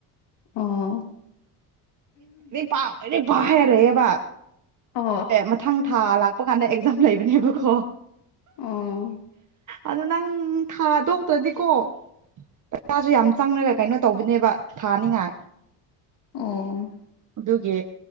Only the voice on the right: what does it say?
ꯄ ꯄ ꯍꯥꯏꯔ ꯂꯩꯕ
ꯑꯦ ꯃꯊꯪ ꯊꯥ ꯂꯥꯛꯄ ꯀꯥꯟꯗ ꯑꯦꯛꯖꯥꯝ ꯂꯩꯕꯅꯦꯕꯀꯣ
ꯑꯗꯣ ꯅꯪ ꯊꯥꯗꯣꯛꯇ꯭ꯔꯗꯤꯀꯣ ꯄꯩꯁꯥꯁꯨ ꯌꯥꯝ ꯆꯪꯅꯒ ꯀꯩꯅꯣ ꯇꯧꯕꯅꯦꯕ ꯊꯥꯅꯤꯉꯥꯏ
ꯑꯗꯨꯒꯤ